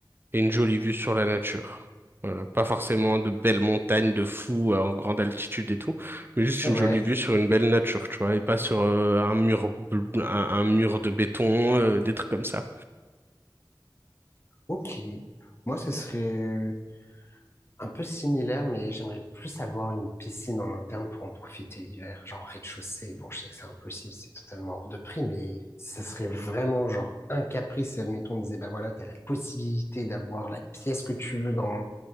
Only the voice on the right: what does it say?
et une jolie vue sur la nature. Voilà, pas forcément de belles montagnes de fous euh, en grande altitude et tout, mais juste
une jolie vue sur une belle nature, tu vois, et pas sur euh, un mur bl- un, un mur de béton, euh, des trucs comme ça.